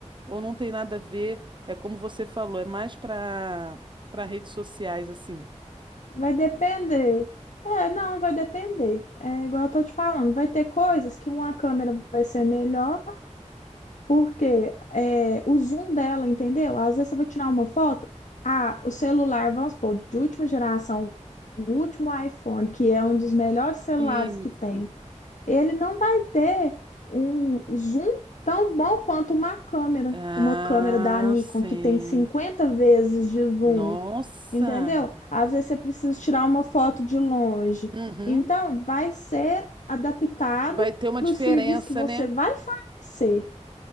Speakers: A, on the right; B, on the left.
A: Ou não tem nada a ver? É como você falou, é mais para para redes sociais assim.
B: Vai depender. É, não, vai depender. É igual eu tô te falando, vai ter coisas que uma câmera vai ser melhor, porque é, o zoom dela, entendeu? Às vezes você vai tirar uma foto, ah, o celular, vamos supor, de última geração, o último iPhone, que é um dos melhores celulares
A: Isso.
B: que tem, ele não vai ter um zoom tão bom quanto uma câmera,
A: Ah,
B: uma câmera da Nikon
A: sim.
B: que tem 50 vezes de zoom,
A: Nossa.
B: entendeu? Às vezes você precisa tirar uma foto de longe.
A: Uhum.
B: Então, vai ser adaptado
A: Vai ter uma
B: para
A: diferença,
B: o serviço que você
A: né?
B: vai fornecer.